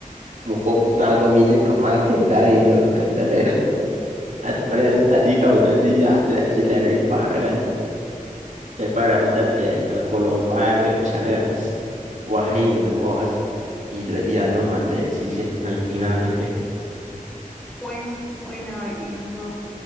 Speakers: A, on the right; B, in the centre.
A: ꯃꯀꯣꯛ ꯆꯥꯛꯄ ꯃꯤꯁꯦ ꯀꯃꯥꯏ ꯊꯦꯡꯅꯔꯤꯅꯣ ꯈꯜꯂ ꯂꯩꯔꯦ꯫ ꯑꯗꯨ ꯍꯣꯔꯦꯟ ꯏꯁꯇꯗꯤ ꯇꯧꯗ꯭ꯔꯗꯤ ꯌꯥꯗ꯭ꯔꯦ ꯑꯁꯤ ꯂꯥꯏꯔꯤꯛ ꯄꯥꯔꯒꯥ꯫ ꯄꯦꯄꯔ ꯑꯃꯗ ꯄꯦꯟꯒ ꯀꯣꯂꯣꯝ ꯄꯥꯏꯔꯒ ꯏꯁꯤꯟꯂꯒ ꯑꯁ꯫ ꯋꯥꯍꯩ ꯑꯣꯏꯅꯀꯣ ꯑꯁ ꯏꯗ꯭ꯔꯗꯤ ꯌꯥꯗꯧ ꯃꯥꯟꯗ꯭ꯔꯦ ꯁꯤꯁꯦ ꯅꯪ ꯊꯦꯡꯅꯕꯁꯦ꯫
B: ꯄꯣꯏꯝ ꯑꯣꯏꯅ ꯏꯍꯜꯂꯣ꯫